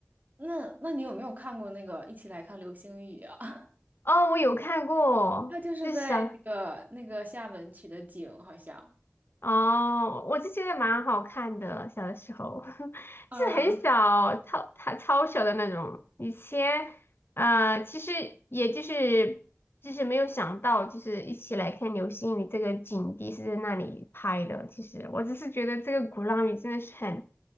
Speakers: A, on the right; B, on the left.
A: 那那你有没有看过那个《一起来看流星雨》啊？
B: 哦，我有看过，
A: <laughs> 它就是在那个那个厦门取的景，
B: 就是小
A: 好像。
B: 哦，我就觉得蛮好看的，小的时候 <laughs>，
A: 嗯
B: 是很小，超它超小的那种。以前，呃，其实也就是就是没有想到，就是一起来看流星雨这个景地是在那里拍的。其实我只是觉得这个鼓浪屿真的是很